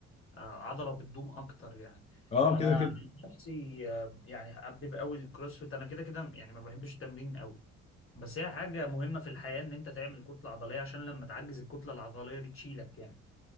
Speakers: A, on the left (about 35°); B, on the left (about 20°).
A: آه، عضلة بتدوم اكتر يعني
B: اه
A: انا
B: كده كده
A: عن نفسي آه، يعني حابب قوي الكروسفيت انا كده كده يعني ما بحبش التمرين قوي بس هي حاجة مهمة في الحياة ان انت تعمل كتلة عضلية عشان لما تعجز الكتلة العضلية دي تشيلك يعني